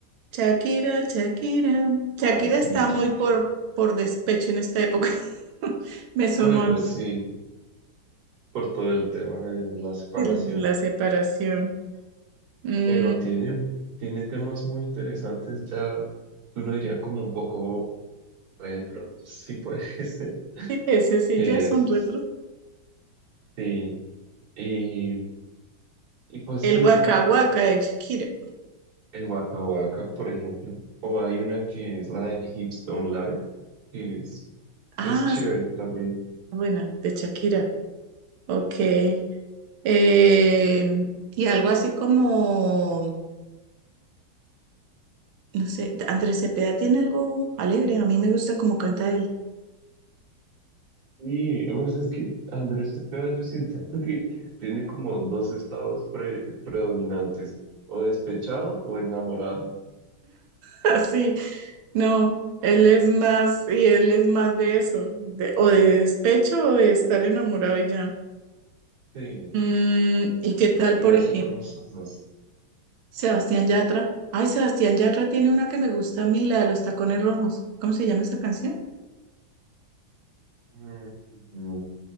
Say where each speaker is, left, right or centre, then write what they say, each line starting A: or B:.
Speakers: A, on the right; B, on the right.
A: Shakira, Shakira. Shakira
B: Ah, sí,
A: está
B: Shakira.
A: muy por, por despecho en esta época. <laughs> Me sonó
B: Bueno,
A: a mí
B: sí, por todo el tema de la separación.
A: el- la separación. Mm,
B: Pero tiene, tiene temas muy interesantes ya, uno diría como un poco retro, si puede <laughs> ser.
A: ese sí
B: Que
A: ya son
B: es,
A: retro.
B: sí. Y, y pues
A: El
B: sí,
A: Waka
B: o sea,
A: Waka de Shakira.
B: el Waka Waka, por ejemplo. O hay una que es la de Hips Don't Lie, que es,
A: Ah,
B: es chévere
A: sí,
B: también.
A: buena, de Shakira. Ok. Eh, y algo así como, no sé, Andrés Cepeda tiene algo alegre. A mí me gusta como canta él.
B: Sí, pues es que Andrés Cepeda yo siento que tiene como dos estados pre- predominantes, o despechado o enamorado.
A: <laughs> Así. No, él es más, y él es más de eso, de- o de despecho o de estar enamorado y ya.
B: Sí,
A: Mm, ¿y qué tal,
B: tiene
A: por
B: así
A: ejemplo,
B: como sus dos.
A: Sebastián Yatra? Ay, Sebastián Yatra tiene una que me gusta a mí, la de los tacones rojos. ¿Cómo se llama esa canción?
B: Mm, mm,